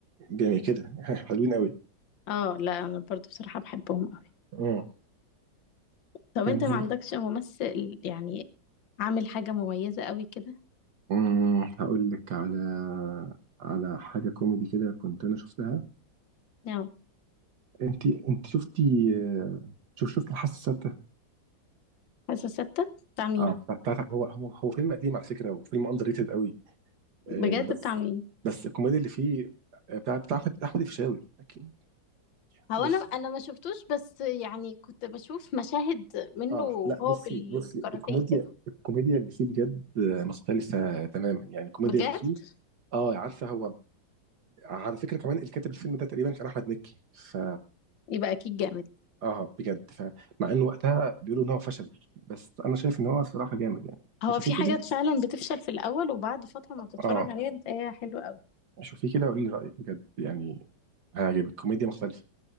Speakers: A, on the right; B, on the left.
A: جميل كده <laughs> حلوين قوي
B: اه لا انا برضه بصراحه بحبهم قوي
A: اه
B: طب
A: كان
B: انت ما عندكش ممثل يعني عامل حاجه مميزه قوي كده
A: أمم، هقول لك على على حاجه كوميدي كده كنت انا شفتها
B: نعم
A: انت انت شفتي آه، شوف شفت الحاسه
B: حاسة ستة بتاع مين
A: اه بتاعت هو هو هو فيلم قديم على فكره وفيلم اندر ريتد قوي
B: بجد
A: آه بس
B: بتاع مين
A: بس الكوميديا اللي فيه آه، بتاع بتاع احمد احمد الفيشاوي اكيد
B: هو
A: بص
B: انا انا ما شفتوش بس يعني كنت بشوف مشاهد منه
A: اه
B: وهو
A: لا بصي
B: بالكاراتيه
A: بصي الكوميديا
B: كده
A: الكوميديا اللي فيه بجد آه، مختلفه تماما يعني الكوميديا
B: بجد
A: اللي فيه اه عارفه هو على فكره كمان اللي كاتب الفيلم ده تقريبا كان احمد مكي ف
B: يبقى أكيد جامد
A: اه بجد ف مع انه وقتها بيقولوا ان هو فشل بس انا شايف ان هو صراحه جامد يعني
B: هو
A: شوفيه
B: في
A: كده
B: حاجات فعلا بتفشل في الأول وبعد فترة ما بتتفرج
A: اه
B: عليها بتلاقيها حلوة قوي
A: شوفيه كده قولي لي رايك بجد يعني هيعجبك كوميديا مختلفه